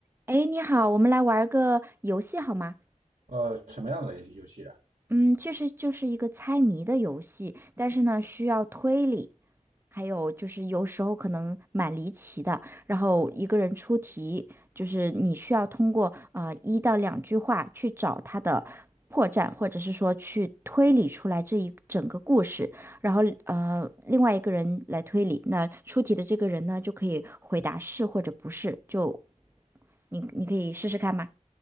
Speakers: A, on the right; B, on the right.
A: 哎，你好，我们来玩儿个游戏好吗？
B: 呃，什么样的游戏啊
A: 嗯，其实就是一个猜谜的游戏，但是呢，需要推理，还有就是有时候可能蛮离奇的。然后一个人出题，就是你需要通过呃一到两句话去找他的破绽，或者是说去推理出来这一整个故事。然后呃，另外一个人来推理，那出题的这个人呢，就可以回答是或者不是。就你你可以试试看吗？